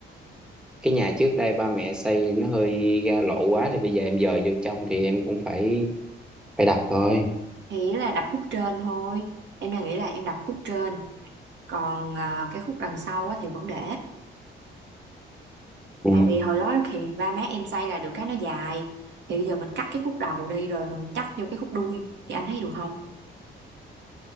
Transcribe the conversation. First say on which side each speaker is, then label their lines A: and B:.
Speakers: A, in the centre; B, on the right (about 60°).
A: cái nhà trước đây ba mẹ xây nó hơi ra lộ quá thì bây giờ em dời vô trong thì em cũng phải phải đặt thôi
B: thì nó là đập khúc trên thôi em đang nghĩ là em đập khúc trên còn à, cái khúc đằng sau á, thì vẫn để
A: ừ.
B: tại vì hồi đó thì ba má em xây là được cái nó dài thì bây giờ mình cắt cái khúc đầu đi rồi mình cắt vô cái khúc đuôi thì anh thấy được không